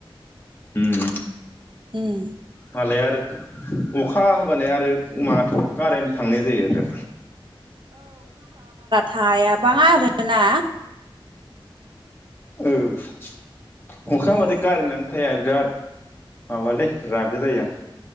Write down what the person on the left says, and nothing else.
होम।
मालाबा आरो अखा होबानो आरो कारेन्ट थांनाय जायो आरो।
औ। अखा
होबाथाय कारेनानो थाया बिराद माबालै रागो जायो आं।